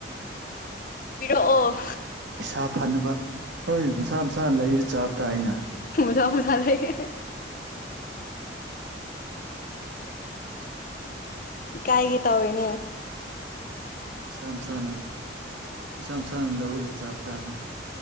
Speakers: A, on the left; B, on the right.
A: ꯄꯤꯔꯛꯑꯣ
B: ꯏꯁꯥ ꯐꯅꯕ ꯍꯣꯏ ꯃꯁꯥ ꯃꯁꯥꯅ ꯂꯩꯔ ꯆꯥꯕ ꯇꯥꯏꯅ
A: ꯍꯨꯏ ꯅꯥꯏꯠ ꯃꯥꯡꯕ ꯂꯩꯕꯔꯥ ꯀꯥꯏꯒꯤ ꯇꯧꯅꯦ
B: ꯏꯁꯥ ꯃꯁꯥꯅ ꯏꯁꯁꯥ ꯃꯁꯥꯅ ꯂꯧꯔꯒ ꯆꯥꯕ ꯇꯥꯕꯅꯤ